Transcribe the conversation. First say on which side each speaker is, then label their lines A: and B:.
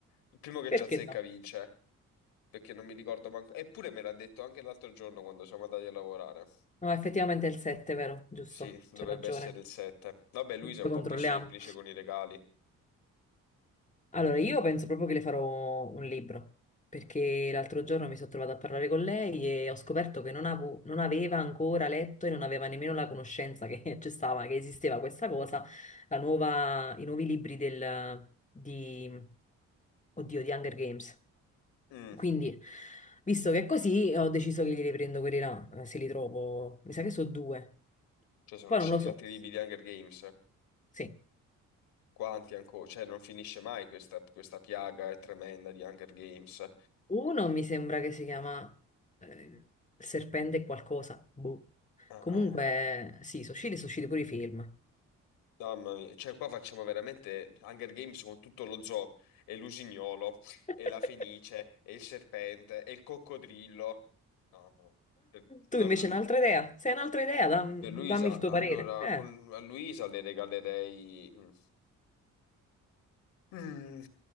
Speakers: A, on the left; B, on the left.
A: Il primo che
B: Perché
A: ci azzecca
B: no?
A: vince, perché non mi ricordo manco. Eppure me l'ha detto anche l'altro giorno quando siamo andati a lavorare.
B: No, effettivamente è il 7, vero? Giusto,
A: Sì, dovrebbe
B: c'è ragione.
A: essere il 7. Vabbè, Luisa
B: Lo
A: è un
B: controlliamo.
A: po' più semplice con i regali.
B: Allora, io penso proprio che le farò un libro, perché l'altro giorno mi sono trovata a parlare con lei e ho scoperto che non, avevo- non aveva ancora letto e non aveva nemmeno la conoscenza che <laughs> c'è stava, che esisteva questa cosa, la nuova, i nuovi libri del, di, oddio, di Hunger Games.
A: Mm,
B: Quindi, visto che è così, ho deciso che glieli prendo quelli là, eh, se li trovo. Mi sa che sono due.
A: cioè sono
B: Poi
A: usciti
B: non lo so.
A: altri libri di Hunger Games.
B: Sì.
A: Quanti ancora? Cioè non finisce mai questa, questa piaga è tremenda di Hunger Games.
B: Uno mi sembra che si chiama eh, Serpente qualcosa. Boh.
A: Ah,
B: Comunque,
A: ah.
B: sì, Sushiro e Sushiro pure i film.
A: Mamma mia, cioè qua facciamo veramente Hunger Games con tutto lo zoo, e l'usignolo,
B: <laughs>
A: e la fenice, e il serpente, e il coccodrillo. No, no, per, non-
B: Tu invece un'altra idea? Se hai un'altra idea, dam-
A: per Luisa,
B: dammi il tuo
A: allora,
B: parere. Eh,
A: con- a Luisa le regalerei... mm, mm,